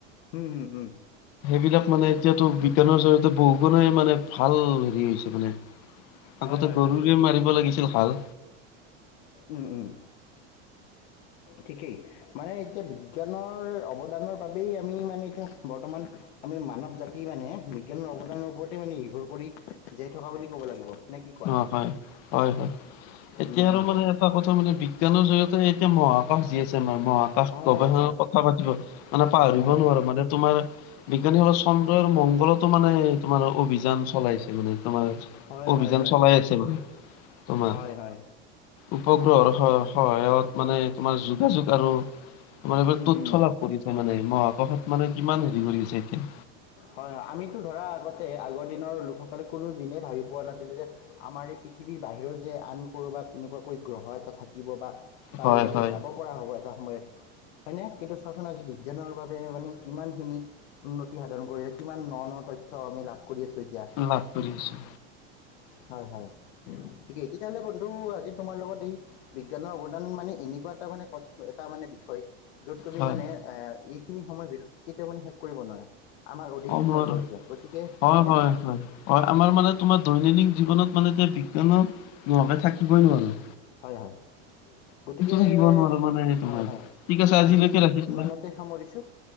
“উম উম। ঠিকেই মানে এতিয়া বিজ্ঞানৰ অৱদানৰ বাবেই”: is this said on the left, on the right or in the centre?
Left